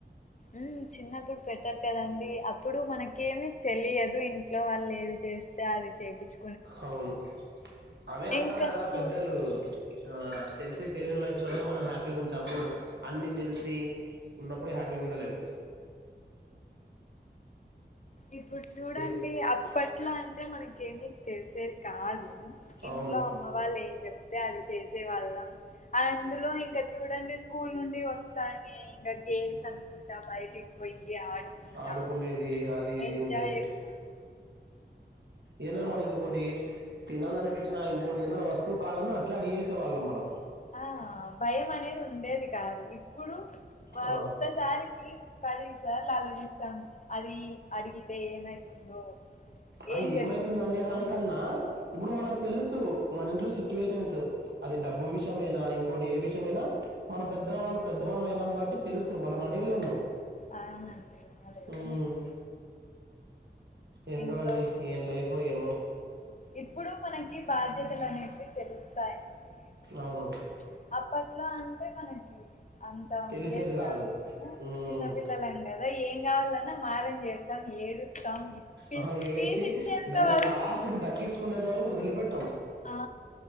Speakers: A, on the left (about 40°); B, on the right (about 70°).
A: ఉ చిన్నప్పుడు బెటర్ కదండి అప్పుడు మనకేమి తెలియదు ఇంట్లో వాళ్ళు ఏది చేస్ తే అది చెపిచ్
B: హవును అవే అంటారు
A: ఇంకా
B: కదా
A: స్కూల్
B: పెద్దలు ఆ తెలు సి తెలియని వయసులోనే మనం హ్యాపీగా ఉంటాము అన్ని తెలిసి ఉన్నప్పుడే హ్యాపీగా ఉండలేం
A: ఇప్పుడు చూడండి
B: ఏ
A: అప్పట్ ట్లా అంటే మనకేమి తెలిసేది కాదు ఇంట్లో
B: అవును
A: అమ్మ వాళ్ళ ఏం చెప్తే అది చేసే వాళ్ళం అందులో ఇంగా చూడండి స్కూల్ నుండి మస్తాన్ ఎ ఇంకా గేమ్స్ అనుకుంటా బయిటి పొయ్యి ఆడుకుంటా
B: ఆడుకుండేది అది ఇది
A: ఎంజాయ్
B: ఉండేది
A: చేస్తాన్
B: ఏందన్నా మనకి ఒకటి తినాలనిపించినా ఇంకోటి ఏదన్నా వస్తువు కాాలన్నా అట్లా అడిగేసే వాళ్ళం మనం
A: ఆ భయం అనేది ఉండేది కాదు ఇప్పుడు వావ్
B: ఆ
A: ఒక్కసారికి పది సార్లు ఆలోచిస్తాం అది అడిగితే ఏమైతుందో
B: అయి
A: ఏం జరుగుతుందో
B: ఏమైతుంది అనే దానికన్నా ఇప్పుడు మనకు తెలుసు మన ఇంట్లో సిచ్యువేషన్స్ అది డబ్బు విషయమేనా ఇంకోటి ఏ విషయమేనా మన పెద్దవాళ్ళు పెద్దవాళ్ళు అయినాం కాబట్టి తెలుసు మనం అడగలేము
A: అవునండి అది అయితే
B: ఉమ్
A: నిజమే
B: ఏంటో
A: ఇంట్లో
B: అండి ఏం లైఫో ఏమో
A: ఇప్పుడు మనకి బాధ్యతలు అనేవి తెలుస్తాయండి. కొంచెం
B: అవును
A: అప్పట్లో అంటే మనకి అంతా
B: తెలిసేది
A: ఉండేది
B: కాదు
A: కావు
B: ఉమ్
A: చిన్న పిల్లలండి అరే ఏం కావాలన్నా మారం చేస్తాం ఏడుస్తాం.
B: ఆహ ఏడ్చి
A: తీసిచ్చేంత
B: దాన్ని
A: వరకు
B: లాస్ట్ కి దక్కించుకునేంత వరకు వదిలిపెట్టాం
A: ఆ